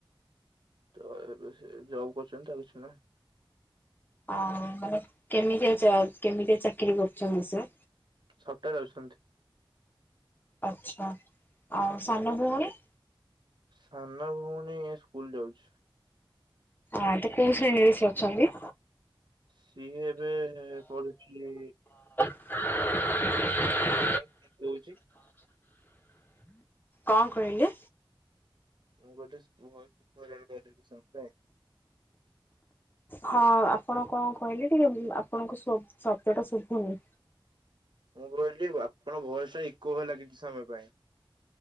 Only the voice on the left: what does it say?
ଆଉ ମାନେ କେମିତିଆ ଚ କେମିତିଆ ଚାକିରି କରୁଚନ୍ତି ସିଏ?
ଆଛା ଆଉ ସାନ ଭଉଣୀ?
ଆ ତ କୋଉ ଶ୍ରେଣୀରେ ସେ ଅଛନ୍ତି?
<inaudible>
କଣ କହିଲେ?
ହଁ ଆପଣ କଣ କହିଲେ ଟିକେ ଆପଣଙ୍କ ଶ-ଶବ୍ଦଟା ଶୁଭୁନି।